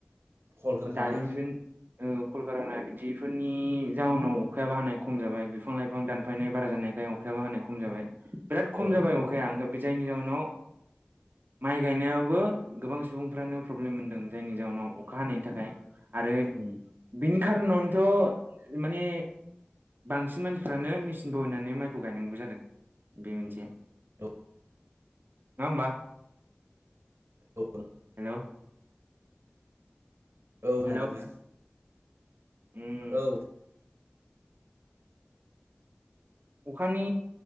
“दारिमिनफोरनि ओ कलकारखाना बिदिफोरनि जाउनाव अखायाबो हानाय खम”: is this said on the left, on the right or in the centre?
Right